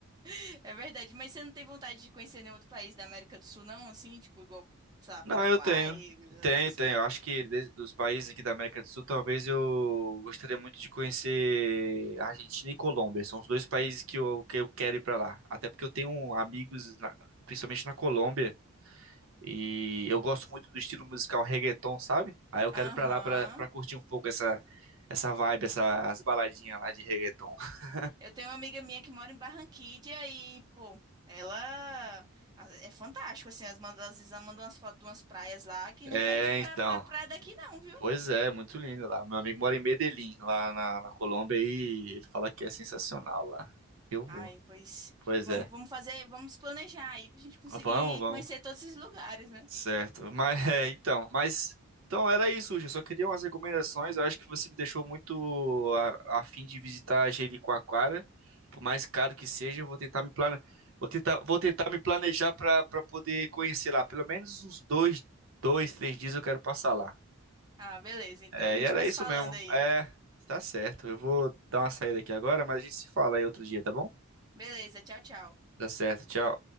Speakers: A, on the right; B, on the right.
A: <laughs> é verdade, mas você não tem vontade de conhecer nenhum outro país da América do Sul não, assim, tipo igual, sei lá,
B: Não,
A: Paraguai,
B: eu tenho. Tenho,
A: essas
B: tenho.
A: coisas.
B: Eu Acho que des- dos países aqui da América do Sul, talvez eu gostaria muito de conhecer Argentina e Colômbia. São os dois países que eu, que eu quero ir pra lá. Até porque eu tenho amigos, na- principalmente na Colômbia, e eu gosto muito do estilo musical reggaeton, sabe? Aí eu
A: Aham.
B: quero ir pra lá pra, pra curtir um pouco essa, essa vibe, essas baladinhas lá de reggaeton. <laughs>
A: Eu tenho uma amiga minha que mora em Barranquilla e, pô, ela a- é fantástico, assim, as manda, às vezes ela manda umas fotos de umas praias lá que
B: É,
A: não perde pra,
B: então.
A: pra praia daqui não, viu?
B: Pois é, muito lindo lá. Meu amigo mora em Medellín, lá na, na Colômbia, e ele fala que é sensacional lá. Eu vou.
A: Ai, pois
B: Pois
A: vamos,
B: é.
A: vamos fazer, vamos planejar aí pra gente conseguir
B: Vamos, vamos.
A: conhecer todos esses lugares, né?
B: Certo. Mas é, então, mas então era isso, Uja. Só queria umas recomendações. Eu acho que você me deixou muito a, a fim de visitar Jericoacoara. Por mais caro que seja, eu vou tentar me plane... vou tentar, vou tentar me planejar para para poder conhecer lá. Pelo menos uns dois, dois, três dias eu quero passar lá.
A: Ah, beleza, então
B: É,
A: a gente
B: e era
A: vai
B: isso
A: se falando
B: mesmo.
A: aí.
B: É, tá certo. Eu vou dar uma saída aqui agora, mas a gente se fala aí outro dia, tá bom?
A: Beleza, tchau, tchau.
B: Tá certo. Tchau.